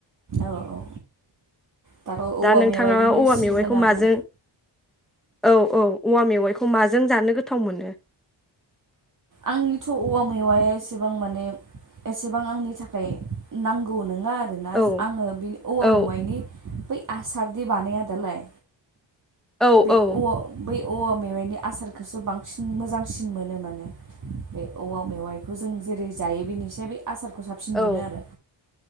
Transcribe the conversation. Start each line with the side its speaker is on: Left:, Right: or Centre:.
Right: औ औ दाथ'
Centre: दा
Right: औवा
Centre: नोंथाङा
Right: मेवाइनिनो
Centre: औवा
Right: सिजोन
Centre: मेवाइखौ
Right: आरो
Centre: माजों औ औ औवा मेवाइखौ माजों जानो गोथाव मोनो
Right: आंनिथ' औवा मैवाया एसेबां माने एसेबां आंनि थाखाय नांगौ नों ना आरोना
Centre: औ
Right: आङो बेनि औवा
Centre: औ
Right: मेवाइनि बै आसारदि बानायादालाय
Centre: औ
Right: बे
Centre: औ
Right: औव बै औवा मेवाइनि आसारखौसो बांसिन मोजांसिन मोनो माने बे औवा मेवाइखौ जों जेरै जायो बेनिसाय बे आसारखौ साबसिन
Centre: औ
Right: मोनो आरो।